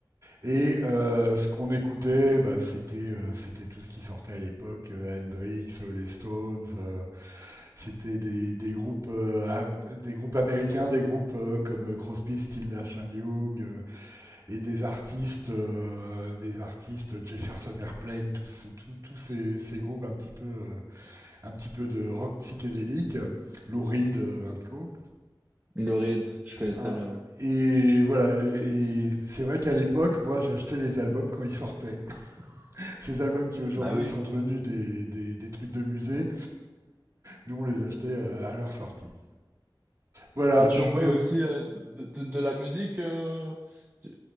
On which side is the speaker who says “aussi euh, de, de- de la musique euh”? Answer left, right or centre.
Right